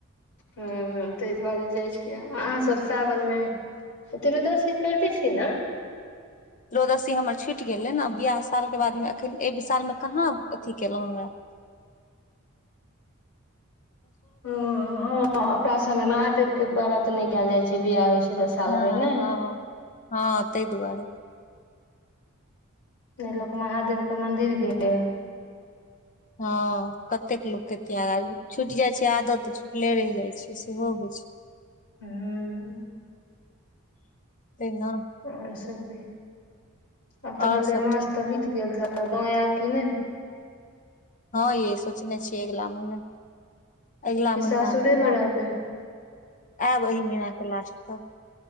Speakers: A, on the left (about 85°); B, on the left (about 35°).
A: हुं, तै दुआरे जाइ छियै, अहां सब सावनमे तिरोदसी करिते छियै ना?
B: तिरोदसी हमर छुटि गेलै ने। बियाह सालके बादमे एखन, एहि सालमे कहां अथि केलहुं हें।
A: हुं, हां, अपना सबमे महादेव के व्रत नै कयल जाइ छै। से बिआह होइ छै। तऽ साल
B: नै,
A: भरि ने
B: हां, हां तैं दुआरे।
A: नै लोक महादेवके मन्दिर गेले।
B: हँ कतेक लोक के त्याग छुटि जाइ छै आदत तऽ छुटले रहि जाय छै सेहो होइ छैय।
A: ह
B: ते ने
A: और सब भी आब त
B: और
A: मले
B: सब
A: मास
B: ठीक
A: त
B: ठाक
A: बित गेल त लगैया अकेले।
B: हां, यै सोचने छियै अगिला महिना, अगिला
A: कि
B: महिना
A: सासुरेमे
B: मे आयब,
A: रहबै
B: आयब एहि महिना के लास्ट में। तब